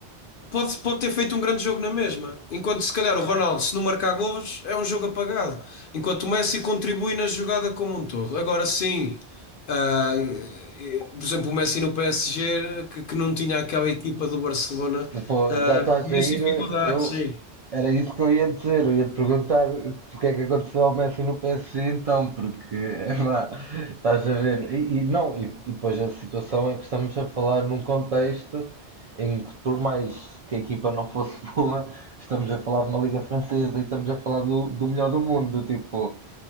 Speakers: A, on the left (about 60°); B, on the right (about 50°).
A: pode, pode ter feito um grande jogo na mesma. Enquanto se calhar o Ronaldo, se não marcar golos, é um jogo apagado. Enquanto o Messi contribui na jogada como um todo. Agora sim, ah, eh, por exemplo, o Messi no PSG, que, que não tinha aquela equipa do Barcelona,
B: Depois,
A: ah,
B: já está a
A: viu-se
B: sair,
A: dificuldades,
B: eu
A: sim.
B: era isso que eu ia dizer, eu ia te perguntar o que é que aconteceu ao Messi no PSG então, porque <laughs> é vá, estás a ver, e, e não, e, e depois a situação é que estamos a falar num contexto em que por mais que a equipa não fosse <laughs> boa, estamos a falar de uma liga francesa e estamos a falar do, do melhor do mundo, tipo,